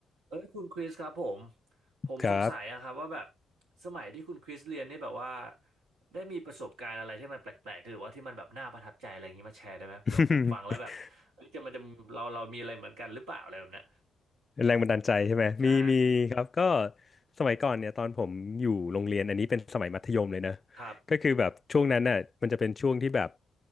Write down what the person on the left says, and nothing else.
ครับ
<laughs> แรงบันดาลใจใช่ไหมมีมีครับก็
สมัยก่อนเนี่ยตอนผมอยู่โรงเรียนอันนี้เป็นสมัยมัธยมเลยนะ
ก็คือแบบช่วงนั้นน่ะมันจะเป็นช่วงที่แบบ